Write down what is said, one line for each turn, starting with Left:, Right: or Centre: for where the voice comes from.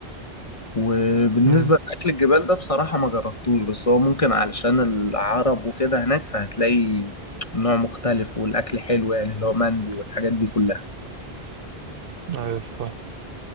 Left: وبالنسبة
Right: مم.
Left: لأكل الجبال ده بصراحة ما جربتوش بس هو ممكن علشان العرب وكده هناك فهتلاقي نوع مختلف والأكل حلو يعني اللي هو مندي والحاجات دي كلها
Right: ايوه فاهم